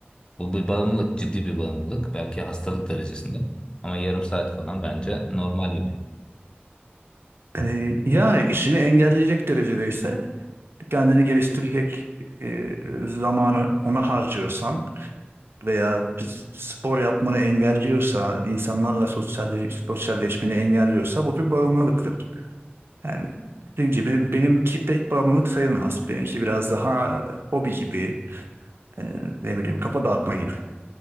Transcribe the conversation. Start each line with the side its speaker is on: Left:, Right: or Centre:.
Left: Bu bir bağımlılık, ciddi bir bağımlılık. Belki hastalık derecesinde. Ama yarım saat falan bence normal gibi.
Right: E, yani işini engelleyecek derecede ise kendini geliştirecek e, zamanı ona harcıyorsan veya bir spor yapmanı engelliyorsa, insanlarla sosyalleş, sosyalleşmeni engelliyorsa bu bir bağımlılıktır. Yani dediğim gibi benimki pek bağımlılık sayılmaz. Benimki biraz daha hobi gibi, e, ne bileyim kafa dağıtma gibi.